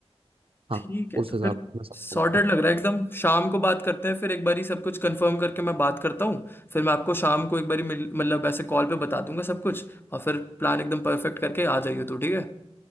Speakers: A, on the right; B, on the left.
A: हाँ
B: ठीक है
A: उस
B: तो
A: हिसाब
B: फिर
A: से मैं सब
B: सॉर्टेड
A: करूंगा
B: लग रहा है एकदम शाम को बात करते हैं फिर एक बारी सब कुछ कंफर्म करके मैं बात करता हूँ फिर मैं आपको शाम को एक बारी मिल मतलब ऐसे कॉल पे बता दूंगा सब कुछ और फिर प्लान एकदम परफेक्ट करके आ जाइए तो ठीक है